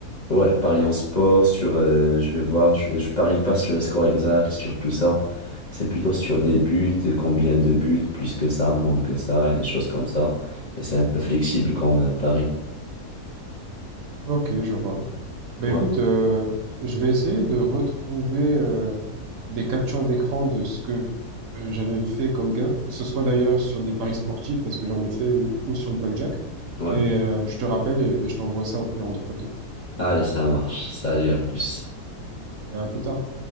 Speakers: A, on the left (about 40°); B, on the right (about 70°).
A: Ouais, paris en sport, sur, euh, je vais voir, je, je parie pas sur les scores exacts, sur tout ça. C'est plutôt sur des buts, et combien de buts, plus que ça, moins que ça, et des choses comme ça. Et c'est un peu flexible comme euh, pari.
B: Ok, je vois. Ben
A: Ouais,
B: écoute, euh, je vais essayer de retrouver euh, des captures d'écran de ce que euh, j'avais fait comme gain, que ce soit d'ailleurs sur des paris sportifs, parce que j'en ai fait, ou, ou sur le blackjack.
A: ouais.
B: Et euh, je te rappelle et, et je t'envoie ça au pire entre-temps.
A: Allez, ça marche. Salut, à plus.
B: À plus tard.